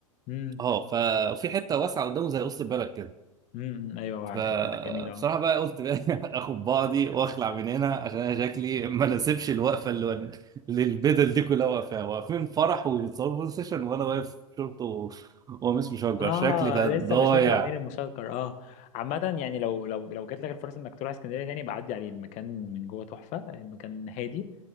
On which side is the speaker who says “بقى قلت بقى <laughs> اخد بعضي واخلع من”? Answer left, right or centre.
Right